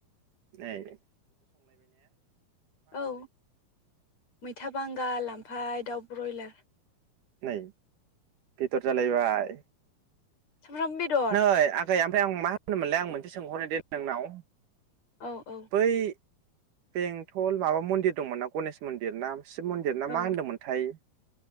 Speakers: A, on the right; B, on the left.
A: ए
B: औ मैथा बांगाल आमफाय दाउ ब्रयलार
A: नै बेदर जालायबाय।
B: सामब्राम बेदर
A: नै आगै ओमफ्राय आं मा होनोमोनलाय आं मोन दे सोंहरनो दे नोंनाव
B: औ औ
A: बै बेंथल माबा मन्दिर दंमोन ना गनेश मन्दिर ना शिब मन्दिर ना
B: औ
A: मा होन्दोंमोनथाय